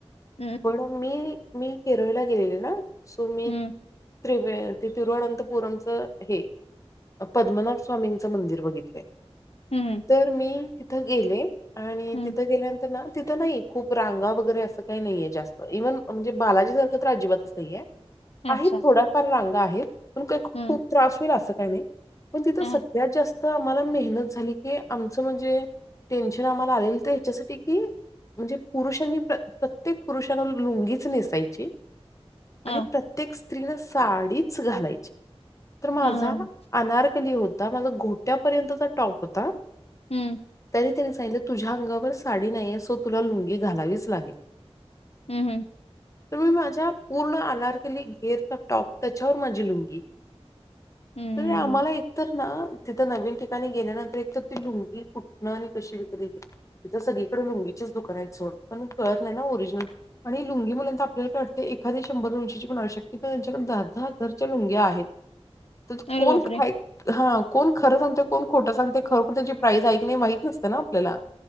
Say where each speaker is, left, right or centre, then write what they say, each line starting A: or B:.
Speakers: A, on the left; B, on the left.
A: हम्म
B: पण मी मी केरळला गेलेले ना. सुमित.
A: हम्म
B: तवे ते तिरुवनंतपुरमचं हे पद्मनाभ स्वामींचं मंदिर बघितलंय.
A: हम्म
B: तर मी तिथं गेले आणि
A: हम्म
B: तिथं गेल्यानंतर ना तिथं नाही खूप रांगा वगैरे असं काही नाहीये जास्त इव्हन म्हणजे बालाजी सारखं तर अजिबातचही आहे. आहेत
A: अच्छा
B: थोडाफार रांगा आहेत पण काही खूप
A: हम्म
B: त्रास होईल असं काही नाही. पण तिथं
A: अ
B: सगळ्यात जास्त आम्हाला मेहनत झाली की आमचं म्हणजे टेन्शन आम्हाला आलेल तर ह्याच्यासाठी की म्हणजे पुरुषांनी प्रत्येक पुरुषांना लुंगीच नेसायची.
A: अ
B: आणि प्रत्येक स्त्रीन साडीच घालायची. तर माझा
A: हा हा
B: अनारकली होता माझा घोट्यापर्यंतचा टॉप होता.
A: हम्म
B: तरी त्यांनी सांगितलं तुझ्या अंगावर साडी नाहीये सो तुला लुंगी घालावीच लागेल.
A: हम्म हम्म
B: तरु मी माझ्या पूर्ण आनारकली घेरचा टॉप त्याच्यावर माझी लुंगी.
A: हम्म
B: आम्हाला एकतर ना तिथं नवीन ठिकाणी गेल्यानंतर एक तर ती लुंगी न आणि कशी विकत तथ सगळीकडे लुंगीचेच दुकान आहे सोड पण कळत नाही ना ओरिजिनल लुंगी म्हणय आपल्यालाटते एखादी शंभर उंशीची बनू शकते पण त्यांच्याकडे दहा दहा हजारच्या लुंग्या आहेत. तर
A: अरे
B: कोण
A: बापरे
B: ख हा कोण खरं सांगते कोण खोटं सांगते खरो खर त्याची प्राईइज ऐक. माहित नसत ना आपल्याला